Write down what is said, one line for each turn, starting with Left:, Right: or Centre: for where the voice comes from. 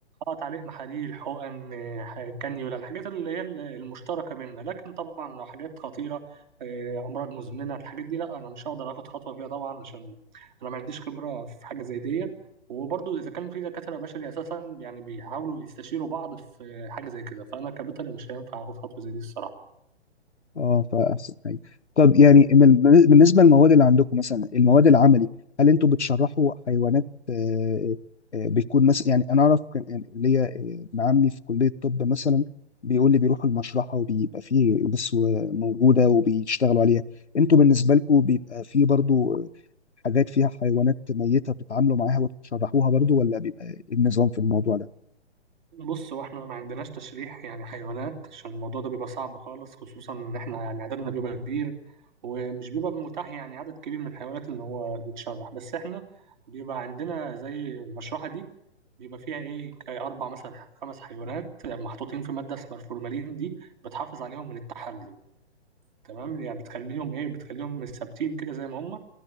Right: اه تعليق محاليل حقن آه، ح- كانيولا الحاجات اللي هي ال- المشتركه بيننا لكن طبعا لو حاجات خطيره آه، امراض مزمنه الحاجات دي لا انا مش هقدر اخد خطوه فيها طبعا عشان انا ما عنديش خبره في حاجه زي دي وبرضه اذا كان في دكاتره بشري اساسا يعني بيحاولوا يستشيروا بعض في حاجه زي كده فانا كبيطري مش هينفع اخد خطوه زي دي الصراحه
Left: اه فاحسن حاجه طب يعني من- بالنسبه للمواد اللي عندكم مثلا المواد العملي هل انتوا بتشرحوا حيوانات آه، آه، بيكون مثلا يعني انا اعرف كان يعني ليا آه، ابن عمي في كليه الطب مثلا بيقول لي بيروحوا المشرحه وبيبقى فيه بس موجوده وبيشتغلوا عليها انتوا بالنسبه لكم بيبقى فيه برضو آه، حاجات فيها حيوانات ميته بتتعاملوا معاها وتشرحوها برضو ولا بيبقى إيه النظام في الموضوع ده
Right: بص هو احنا ما عندناش تشريح يعني حيوانات عشان الموضوع ده بيبقى صعب خالص خصوصا ان احنا يعني عددنا بيبقى كبير ومش بيبقى متاح يعني عدد كبير من الحيوانات ان هو يتشرح بس احنا بيبقى عندنا زي المشرحة دي بيبقى فيها ايه كي اربع مثلا خمس حيوانات محطوطين في مادة اسمها الفورمالين دي بتحافظ عليهم من التحلل تمام يعني بتخليهم ايه بتخليهم ثابتين كده زي ما هم